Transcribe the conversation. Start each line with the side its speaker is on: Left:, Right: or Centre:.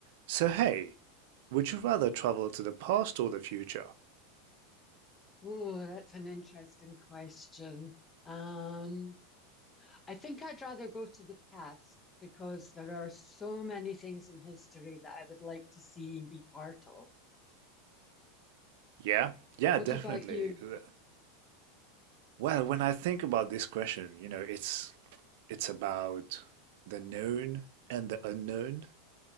Right: So hey, would you rather travel to the past or the future?
Left: Oh, that's an interesting question. Um, I think I'd rather go to the past because there are so many things in history that I would like to see and be part of.
Right: Yeah, yeah,
Left: What
Right: definitely.
Left: about you?
Right: Uh, Well, when I think about this question, you know, it's it's about the known and the unknown,